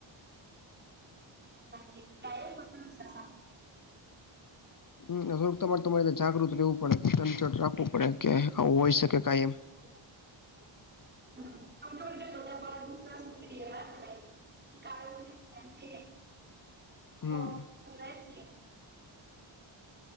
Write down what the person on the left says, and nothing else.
હમ થોડક તમારે તમારે જાગૃત રહેવું પડે ચટ રાખવું પડે કે આવું હોય શકે કઈ એમ
હમ